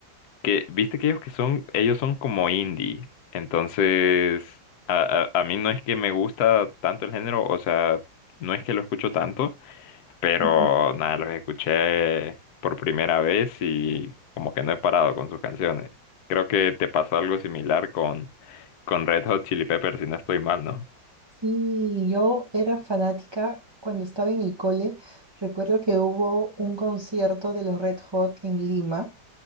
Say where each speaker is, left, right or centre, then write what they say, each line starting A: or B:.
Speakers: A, on the left; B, on the right.
A: que viste que ellos que son, ellos son como indie, entonces a, a- a mí no es que me gusta tanto el género, o sea, no es que lo escucho tanto, pero
B: Ujú.
A: nada, los escuché por primera vez y como que no he parado con sus canciones. Creo que te pasó algo similar con, con Red Hot Chili Peppers, si no estoy mal, ¿no?
B: Sí, yo era fanática cuando estaba en el cole. Recuerdo que hubo un concierto de los Red Hot en Lima.